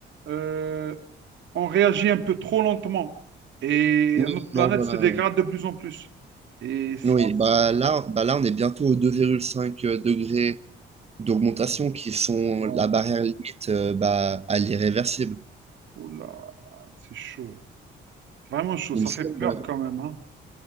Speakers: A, on the right; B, on the right.
A: euh, on réagit un peu trop lentement et
B: Oui,
A: notre planète
B: non, voilà.
A: se dégrade
B: ouais.
A: de plus en plus. Et ça,
B: Oui,
A: c'est-
B: bah là, bah là, on est bientôt aux 2,5 degrés d'augmentation qui sont
A: waouh,
B: la barrière limite euh, bah, à l'irréversible.
A: oh là c'est chaud. C'est vraiment chaud,
B: Il
A: ça
B: me semble,
A: fait peur
B: ouais.
A: quand même, hein.